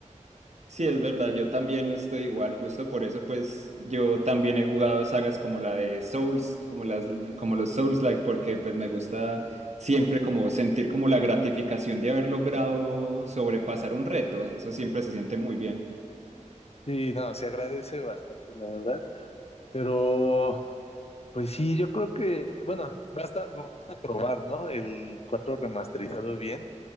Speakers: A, on the right; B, on the left.
A: Sí, es verdad, yo también estoy igual, justo por eso pues yo también he jugado sagas como la de Souls, como las como los Souls-like porque pues me gusta siempre como sentir como la gratificación de haber logrado sobrepasar un reto, eso siempre se siente muy bien.
B: sí, no, se agradece bastante, la verdad. Pero Pues sí, yo creo que, bueno, basta, basta probar, ¿no? El 4 remasterizado bien.